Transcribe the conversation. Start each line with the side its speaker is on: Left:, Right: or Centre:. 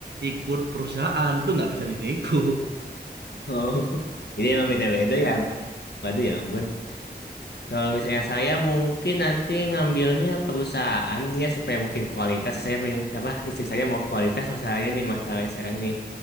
Right: ikut perusahaan itu nggak bisa dinego.
Left: Oh. <laughs> Ini emang beda-beda ya. Waduh ya ampun. Kalau misalnya saya mungkin nanti ngambilnya perusahaan dia supaya mungkin kualitas. Saya pengen, apa, istri saya mau kualitas masalahnya nih, masalahnya sekarang nih.